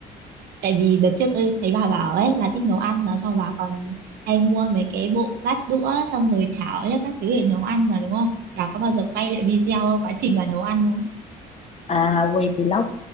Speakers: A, on the right; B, on the left.
A: tại vì đợt trước tôi thấy bà bảo ấy bà thích nấu ăn mà xong bà còn hay mua mấy cái bộ bát đũa xong rồi chảo ấy, các thứ để nấu ăn là đúng không bà có bao giờ quay lại video quá trình bà nấu ăn không
B: À, quay vlog,